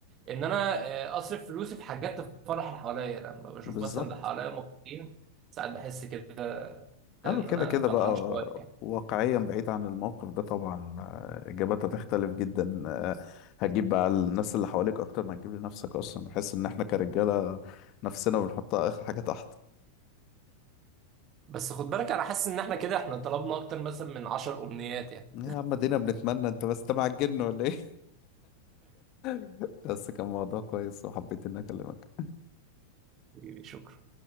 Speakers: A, on the right; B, on the left.
A: ان انا آه، اصرف فلوسي في حاجات تفرح اللي حواليا يعني لما بشوف
B: بالظبط
A: مثلا اللي حواليا مبسوطين ساعات بحس كده
B: اه
A: ان
B: كده
A: انا
B: كده
A: فرحان
B: بقى
A: شويه يعني
B: واقعيا بعيد عن الموقف ده طبعا آه، اجاباتها تختلف جدا آه، هتجيب بقى الناس اللي حواليك اكتر ما هتجيب لنفسك اصلا بحس ان احنا كرجاله نفسنا بنحطها اخر حاجه تحت
A: بس خد بالك انا حاسس ان احنا كده احنا طلبنا اكتر مثلا من 10 امنيات يعني
B: يا عم دينا بنتمنى انت بس تبع الجن ولا ايه <laughs> بس كان موضوع كويس وحبيت اني اكلمك
A: <laughs> شكرا